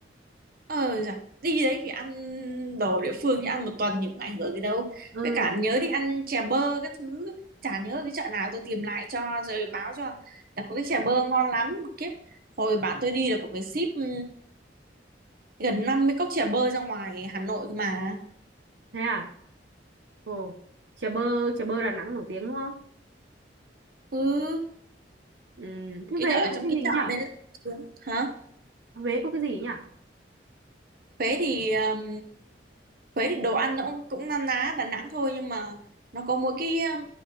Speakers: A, on the right; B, on the right.
A: ờ dạ. đi đấy thì ăn đồ địa phương chứ ăn một tuần thì cũng ảnh hưởng gì đâu
B: ừ
A: với cả nhớ đi ăn chè bơ các thứ chả nhớ cái chợ nào tôi tìm lại cho rồi báo cho là có cái chè bơ ngon lắm kiếp hồi bạn tôi đi là có phải ship ừ, gần 50 cốc chè bơ ra ngoài Hà Nội cơ mà
B: thế à ồ chè bơ chè bơ Đà Nẵng nổi tiếng đúng không
A: cứ
B: ừ thế
A: ý
B: Huế
A: là
B: là
A: ở
B: có
A: trong
B: cái
A: cái
B: gì
A: chợ
B: nhỉ
A: đây đấy hả
B: Huế có cái gì nhỉ
A: Huế thì um, Huế thì đồ ăn nó cũng cũng na ná Đà Nẵng thôi nhưng mà nó có mỗi cái um,